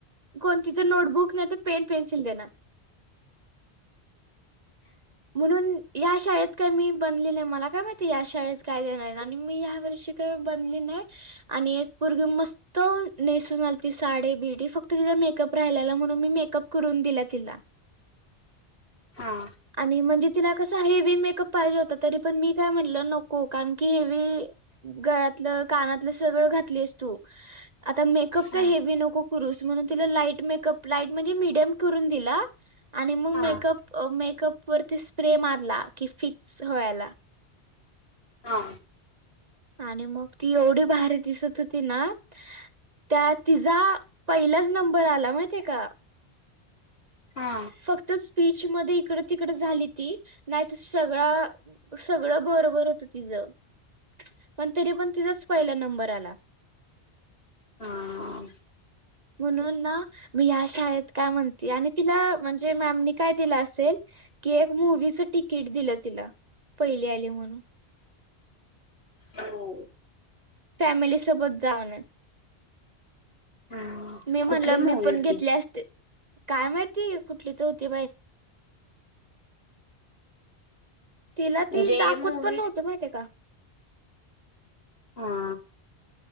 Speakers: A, on the right; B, on the left.
A: कोणतीच नोटबुक नाही तर पेन पेन्सिल देणार. म्हणून या शाळेत काय मी बनले नाही मला काय माहिती या शाळेत काय देणार आणि मी ह्या वर्षी बनली नाही आणि एक पोरगी मस्त नेसून आलती साडी बिडी. फक्त तिचं मेकअप राहिलाला म्हणून मी मेकअप करून दिला तिला.
B: हा.
A: आणि म्हणजे तिला कस हेवी मेकअप पाहिजे होता तरी पण मी काय म्हटलं नको कारण की हेवी गळ्यातलं कानातलं सगळं घातली असतू आता मेकअप
B: हा
A: त हेवी नको करूस म्हणून तिला लाईट मेकअप लाईट म्हणजे मिडीयम करून दिला आणि मग
B: हा
A: मेकअप मेकअप वरती स्प्रे मारला की फिक्स व्हायला.
B: हा.
A: आणि मग ती एवढी भारी दिसत होती ना त्या तिजा पहिलाच नंबर आला माहितये का.
B: हा.
A: फक्त स्पीच मध्ये इकड तिकड झाली ती नाहीत सगळा सगळं बरोबर होत तिच पण तरी पण तिचाच पहिला नंबर आला.
B: हा.
A: म्हणून ना मी ह्या शाळेत काय म्हणते आणि तिला म्हणजे मॅमनी काय दिलं असेल कि एक मूवीच तिकीट दिलं तिला. पहिली आली म्हणून
B: हो.
A: फॅमिली सोबत जा म्हनून.
B: हा
A: मी म्हणल
B: कुठली मूवी
A: मी पण
B: होती?
A: घेतले असते. काय माहिती कुठली तर होती तिला
B: म्हणजे
A: ती दाखवत
B: मूवी
A: पण नव्हत. माहितीय का?
B: हा.